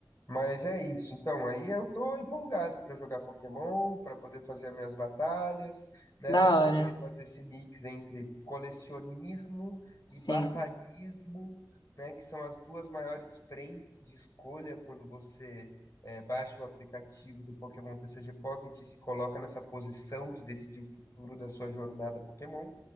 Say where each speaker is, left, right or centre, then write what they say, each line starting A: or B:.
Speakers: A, on the left (about 45°); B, on the left (about 75°).
A: mas é isso. Então, aí eu tô empolgado pra jogar Pokémon, pra poder fazer as minhas batalhas, né,
B: Da
A: Pra poder
B: hora.
A: fazer esse mix entre colecionismo
B: Sim.
A: e batalhismo, né, que são as duas maiores frentes de escolha quando você é, baixa o aplicativo do Pokémon TCG Pocket e se coloca nessa posição de decidir o futuro da sua jornada Pokémon.